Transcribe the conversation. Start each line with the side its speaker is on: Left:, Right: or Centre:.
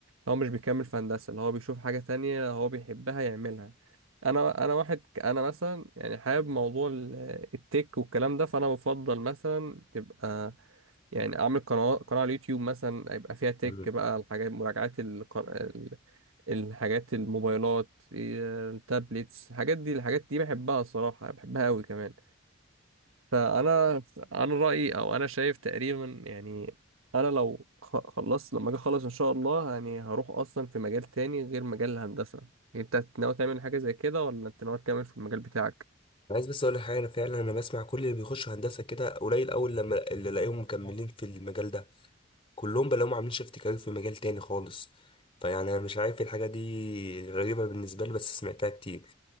Right: هو مش بيكمل في هندسة اللي هو بيشوف حاجة تانية هو بيحبها يعملها أنا أنا واحد ك- أنا مثلا يعني حابب موضوع ال- التك والكلام ده فأنا بفضل مثلا تبقى يعني اعمل قناه قناه على اليوتيوب مثلا يبقى فيها تك
Left: دي
Right: بقى الحاجات مراجعات القر... ال- الحاجات الموبايلات إيه، التابلتس الحاجات دي الحاجات دي بحبها الصراحه بحبها قوي كمان فانا انا رايي او انا شايف تقريبا يعني انا لو خ- خلصت لما اجي اخلص ان شاء الله يعني هروح اصلا في مجال تاني غير مجال الهندسه انت ناوي تعمل حاجه زي كده ولا انت ناوي تكمل في المجال بتاعك
Left: عايز بس اقول لك حاجه انا فعلا انا بسمع كل اللي بيخشوا هندسه كده قليل اول لما اللي الاقيهم مكملين في المجال ده كلهم بلاقيهم عاملين شيفت كارير في مجال تاني خالص فيعني انا مش عارف إيه الحاجه دي غريبه بالنسبه لي بس سمعتها كتير